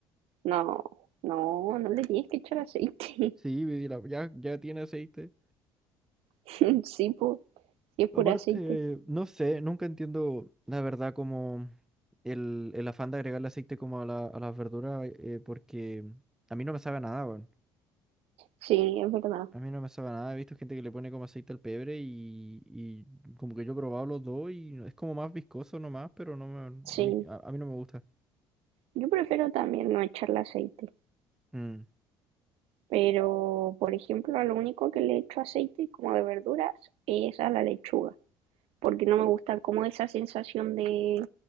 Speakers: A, on the right; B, in the centre.
A: no, no, no le tienes que echar aceite.
B: Sí,
A: <laughs>
B: vi la- ya, ya tiene aceite.
A: <laughs> Sí, po, y es puro
B: Aparte,
A: aceite.
B: no sé, nunca entiendo la verdad como el, el afán de agregarle aceite como a la- a las verduras, eh, porque a mí no me sabe a nada, weón.
A: Sí, es verdad.
B: A mí no me sabe a nada, he visto gente que le pone como aceite al pebre y, y como que yo he probado los dos y no- es como más viscoso nomás, pero no me,
A: Sí,
B: a mí, a, a mí no me gusta.
A: yo prefiero también no echarle aceite,
B: Mm.
A: pero por ejemplo, a lo único que le echo aceite como de verduras es a la lechuga, porque no me gusta como esa sensación de